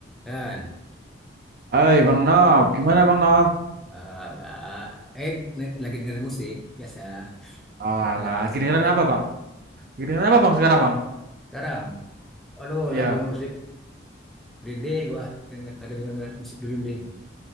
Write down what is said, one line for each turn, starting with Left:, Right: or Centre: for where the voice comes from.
Centre: Kan?
Right: Hai Bang Nob, gimana Bang Nob?
Centre: Ah, nggak. Eh, ne- lagi dengerin musik biasa.
Right: Alah,
Centre: Nggak, nggak, eh,
Right: kedengeran
Centre: single.
Right: apa Bang? Kedengeran apa Bang sekarang Bang?
Centre: Sekarang, halo
Right: Ya,
Centre: lagu musik Green Day gua Dengerin- lagi denger musik Green Day.